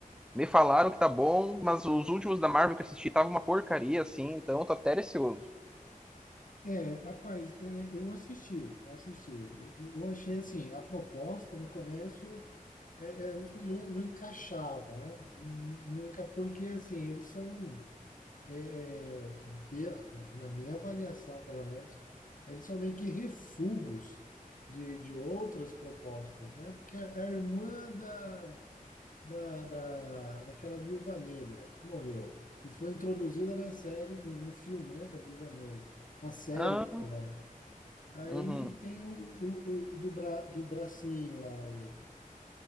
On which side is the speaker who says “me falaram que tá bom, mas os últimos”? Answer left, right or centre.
Centre